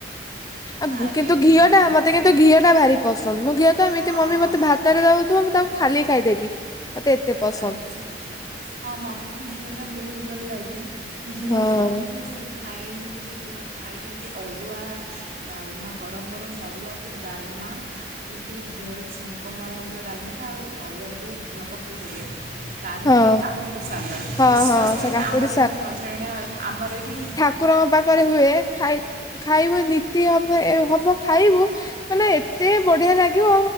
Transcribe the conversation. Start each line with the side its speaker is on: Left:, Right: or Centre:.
Left: ଆଉ
Right: ଆରେ
Left: କିନ୍ତୁ
Right: ଆରେ
Left: ଘିଅ
Right: ମୋତେ
Left: ଟା ମତେ
Right: ବି
Left: କିନ୍ତୁ
Right: ସେ
Left: ଘିଅ ଟା ଭାରି ପସନ୍ଦ ମୁ ଘିଅ ତ ଏମିତି
Right: ହଁ
Left: ମମି ମତେ ଭି ଖାତରେ ରଉଥିବ ମୁଁ ତାକୁ ଖାଲି ଖାଇଦେବି। ମତେ ଏତେ ପସନ୍ଦ
Right: ଆଚ୍ଛା ଆଚ୍ଛା ହଁ ମୋତେ ବି ଘିଅଟା ବହୁତ ଭଲ ଲାଗେ। ଘିଅ
Left: ହଁ
Right: ସହିତ ଯୋଉ ଖାଇନ୍ତି ଯୋଉ ଖାଇଛନ୍ତି ଅରୁଆ ଡାଲମା ଗରମ ଗରମ ଅରୁଆକୁ ଡାଲମା। ଯେରେ ଟିକିେ ଘିଅର ଛୁଙ୍କ ମରା ହେଇଥିବା ଡାଲମାଟା ଆଉ ଅରୁୁଆରେ ଟିକେ ଘିଅ ପକାଇଦେବେ ତା ଦେହରେ
Left: ହଁ।
Right: ଟିକଏ କାକୁଡ଼ି ସାଲଡ଼
Left: ହଁ
Right: ବିଶ୍ୱାସ
Left: ହଁ
Right: କରୁନା
Left: ସେ କାକୁଡି
Right: ଆମର ଏଇଠି ନଚଣଣିେ ଆମର ଏଇଠି
Left: କୁକୁରଙ୍କ ପାଖରେ ହୁଏ ଖାଇ ଖାଇବୁ ନୀତି ହବ ହବ ଖାଇବୁ ମାନେ ଏତେ ବଢିଆ ଲାଗିବ